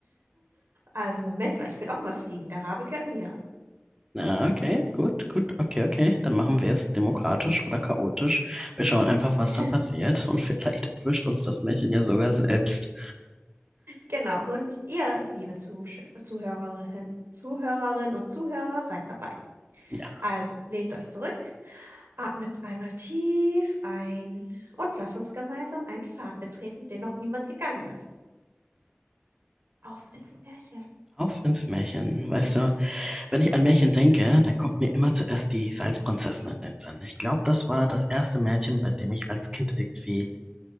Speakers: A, on the right (about 70°); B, on the right (about 15°).
A: Also Moment mal, ich will auch mal fliegen. Der Rabe gehört mir.
B: Ja, okay, gut, gut, okay, okay. Dann machen wir es demokratisch oder chaotisch. Wir schauen einfach, was
A: <laughs>
B: dann passiert. Und vielleicht erwischt uns das Märchen ja sogar selbst.
A: Genau. Und ihr, liebe Zusch Zuhörerin, Zuhörerinnen und Zuhörer, seid dabei.
B: Ja,
A: Also lehnt euch zurück, atmet einmal tief ein und lasst uns gemeinsam einen Pfad betreten, den noch niemand gegangen ist. Auf ins Märchen.
B: auf ins Märchen. Weißt du, wenn ich an Märchen denke, dann kommt mir immer zuerst die Salzprinzessin in den Sinn. Ich glaube, das war das erste Märchen, bei dem ich als Kind irgendwie,